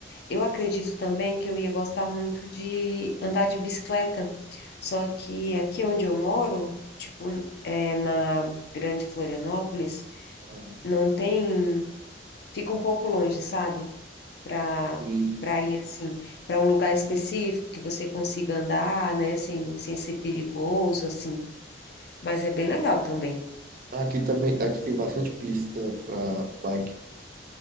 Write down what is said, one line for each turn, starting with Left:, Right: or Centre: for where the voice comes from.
Left: Eu acredito também que eu ia gostar muito de andar de bicicleta, só que aqui onde eu moro, tipo, é, na Grande Florianópolis,
Right: ah,
Left: não tem, fica um pouco longe, sabe? Para
Right: sim.
Left: para ir assim, para um lugar específico que você consiga andar, né, sem, sem ser perigoso assim, mas é bem legal também.
Right: Aqui também, aqui tem bastante pista para bike